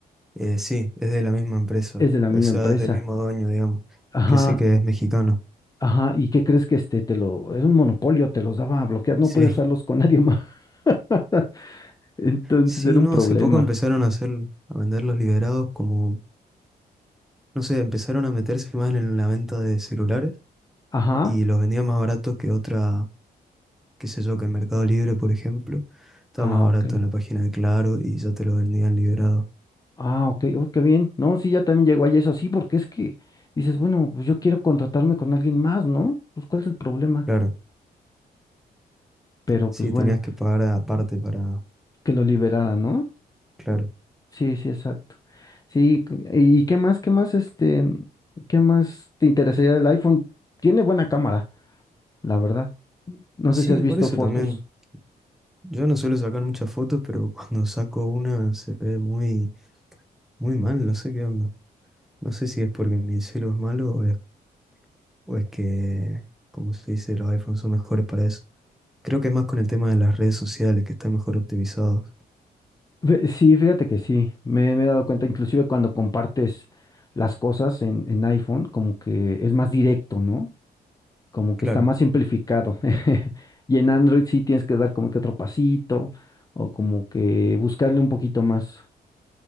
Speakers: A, in the centre; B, on the left.
A: Eh, sí, es de la misma empresa.
B: Es de la
A: O
B: misma
A: sea,
B: empresa.
A: es del mismo dueño, digamos.
B: Ajá,
A: Que sé que es mexicano.
B: ajá. ¿Y qué crees que este te lo, era un monopolio, te los daba a bloquear, no
A: Sí.
B: podías usarlos con nadie más. <laughs> Entonces
A: Sí,
B: era
A: no,
B: un problema.
A: hace poco empezaron a hacer, a vender los liberados como, no sé, empezaron a meterse más en la venta de celulares
B: Ajá.
A: y los vendían más barato que otra, qué sé yo, que en Mercado Libre, por ejemplo. Estaba
B: Ah,
A: más barato
B: ok.
A: en la página de Claro y ya te lo vendían liberado.
B: Ah, ok, oh, qué bien. No, sí, ya también llegó ahí eso así, porque es que dices, bueno, pues yo quiero contratarme con alguien más, ¿no? Pues ¿cuál es el problema?
A: Claro.
B: Pero
A: Sí,
B: pues bueno,
A: tenías que pagar aparte para,
B: que lo liberara, ¿no?
A: claro.
B: Sí, sí, exacto. Sí, cu- ¿y qué más, qué más, este, qué más te interesaría del iPhone? Tiene buena cámara, la verdad. No
A: Sí,
B: sé si has visto
A: por eso
B: fotos.
A: también. Yo no suelo sacar muchas fotos, pero cuando saco una se ve muy, muy mal, no sé qué onda. No sé si es porque mi celu es malo o es, o es que, como se dice, los iPhones son mejores para eso. Creo que es más con el tema de las redes sociales, que están mejor optimizados.
B: Fe- Sí, fíjate que sí, me, me he dado cuenta, inclusive cuando compartes las cosas en, en iPhone, como que es más directo, ¿no? como
A: Claro,
B: que está más simplificado. <laughs> Y en Android sí tienes que dar como que otro pasito o como que buscarle un poquito más.